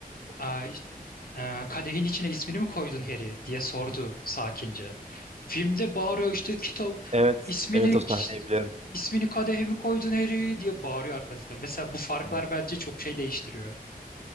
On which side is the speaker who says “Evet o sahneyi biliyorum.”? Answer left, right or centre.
Right